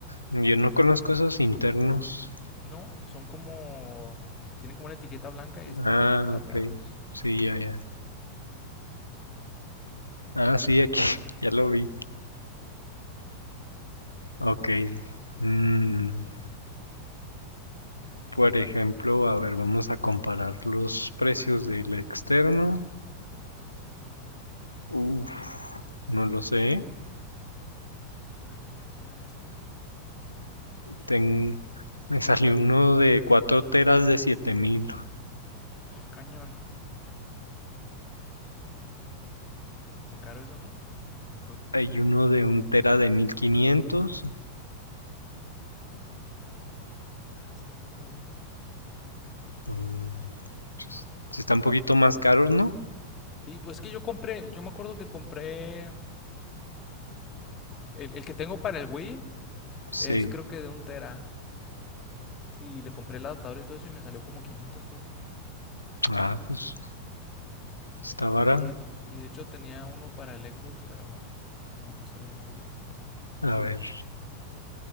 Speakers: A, on the left; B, on the left.
A: Yo no conozco esos internos.
B: No, son como. Tienen como una etiqueta blanca y
A: Ah,
B: todos plateados.
A: ok. Sí, ya, ya. Ah, sí, aquí. <laughs> Ya lo vi. Ok. Mm,
B: Mm.
A: por ejemplo, a ver, vamos a comparar los precios del externo. Uf, no lo sé.
B: Ah, mira, aquí a ver este. Ah,
A: ten- me salió uno de 4 teras de siete mil,
B: cañón. Muy caro eso, ¿no? No creo que.
A: Hay uno de un tera de 1500.
B: Nah, está en carote.
A: Mm, sí Está un poquito más caros, ¿no?
B: Sí, pues es que yo compré. Yo me acuerdo que compré. El, el que tengo para el Wii es
A: Sí.
B: creo que de un tera. Y le compré el adaptador y todo eso y me salió como 500 todo.
A: Ah, pues está barato.
B: Y, y de hecho tenía uno para el Xbox, pero no, no servía muy bien.
A: A ver.